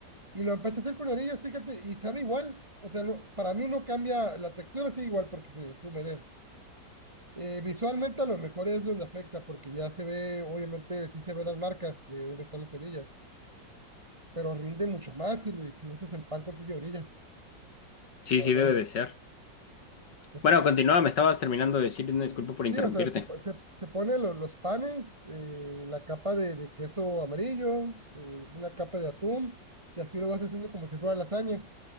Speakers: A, on the right; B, on the left.
A: Y lo empecé a hacer con orillas, fíjate, y sabe igual. O sea, no- para mí no cambia, la textura sigue igual porque se, se humedece. Eh, visualmente a lo mejor es donde afecta, porque ya se ve, obviamente sí se ven las marcas de dónde están las orillas, pero rinde mucho más si, lo- si usas el pan con tu orilla,
B: Sí,
A: la
B: sí,
A: verdad.
B: debe de ser.
A: O sea,
B: Bueno, continúa, me estabas terminando de decir, una disculpa por interrumpirte.
A: sí, o sea, se, po- se, se pone lo- los panes, eh, la capa de, de queso amarillo, eh, una capa de atún, y así lo vas haciendo como si fuera lasaña.